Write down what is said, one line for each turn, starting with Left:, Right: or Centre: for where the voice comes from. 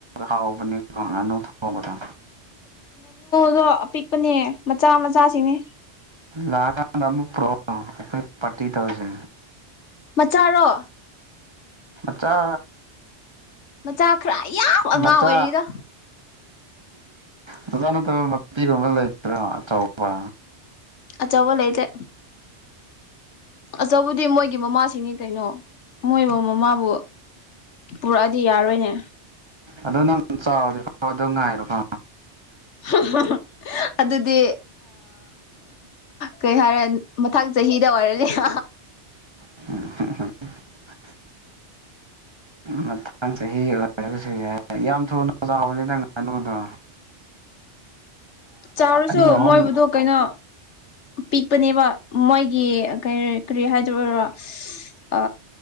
Right: ꯍꯥꯎꯕꯅꯦ ꯉꯥꯅꯨ ꯊꯣꯡꯒꯗ
Left: ꯑꯗꯣ ꯑꯄꯤꯛꯄꯅꯦ ꯃꯆꯥ ꯃꯆꯥꯁꯤꯡꯅꯦ
Right: ꯂꯥꯛꯒ ꯇ ꯄ꯭ꯔꯣ ꯔꯛ ꯑꯣ ꯑꯩꯈꯏ ꯄꯥꯔꯇꯤ ꯇꯧꯁꯦ
Left: ꯆꯔꯣ
Right: ꯃꯆꯥ
Left: ꯃꯆꯥ ꯈꯔ ꯌꯥꯝ ꯑꯉꯥꯡ
Right: ꯃꯆꯥ
Left: ꯑꯣꯏꯔꯤꯗ
Right: ꯃꯆꯥ ꯅꯠꯇꯕ ꯃꯄꯤꯒꯨꯝꯕ ꯂꯩꯇ꯭ꯔꯣ ꯑꯆꯧꯕ
Left: ꯑꯆꯧꯕ ꯂꯩꯇꯦ ꯑꯆꯧꯕꯗꯤ ꯃꯣꯏꯒꯤ ꯃꯃꯥꯁꯤꯡꯅꯤ ꯀꯩꯅꯣ ꯃꯣꯏꯕꯨ ꯃꯃꯥꯕꯨ ꯄꯨꯔꯛꯑꯗꯤ ꯌꯥꯔꯣꯏꯅꯦ
Right: ꯑꯗꯣ ꯅꯪ ꯆꯥꯎꯗꯔꯤꯕ ꯑꯗꯨ ꯉꯥꯏꯔꯣꯀꯣ
Left: ꯍꯝꯍꯝ ꯑꯗꯨꯗꯤ ꯀꯩ ꯍꯥꯏꯔꯦ ꯃꯊꯪ ꯆꯍꯤꯗ ꯑꯣꯏꯔꯅꯤ <inaudible>
Right: <unintelligible> ꯃꯇꯥꯡ ꯆꯍꯤ ꯑꯣꯏꯁꯨ ꯌꯥ ꯌꯥꯝ ꯊꯨꯅ ꯆꯥꯎꯕꯅꯤꯗꯪ ꯉꯥꯅꯨꯗꯣ
Left: ꯆꯥꯎꯔꯁꯨ
Right: ꯑꯅꯤ ꯑꯍꯨꯝ
Left: ꯃꯣꯏꯕꯨꯗꯨ ꯀꯩꯅꯣ ꯄꯤꯛꯄꯅꯦꯕ ꯃꯣꯏꯒꯤ ꯀꯔꯤ ꯀꯔꯤ ꯍꯥꯏꯗ ꯑꯣꯏꯔꯣ ꯑ